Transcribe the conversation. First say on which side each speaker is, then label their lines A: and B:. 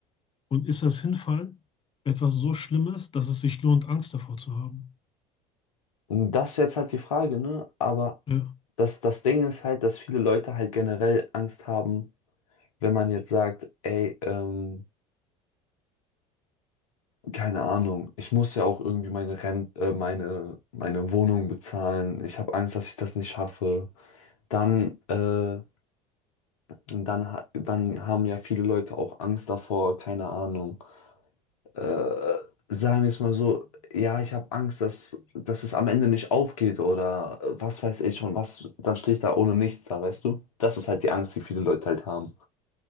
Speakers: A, on the left; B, on the left.
A: Und ist das Hinfallen etwas so Schlimmes, dass es sich lohnt, Angst davor zu haben?
B: Und das ist jetzt halt die Frage, ne? Aber
A: Ja,
B: das, das Ding ist halt, dass viele Leute halt generell Angst haben, wenn man jetzt sagt, ey, ähm, keine Ahnung, ich muss ja auch irgendwie meine Rent, äh, meine, meine Wohnung bezahlen. Ich habe Angst, dass ich das nicht schaffe. Dann, äh, dann, ha- dann haben ja viele Leute auch Angst davor, keine Ahnung äh, sagen wir es mal so, ja, ich habe Angst, dass, dass es am Ende nicht aufgeht oder äh, was weiß ich schon, was, dann stehe ich da ohne nichts da, weißt du? Das ist halt die Angst, die viele Leute halt haben.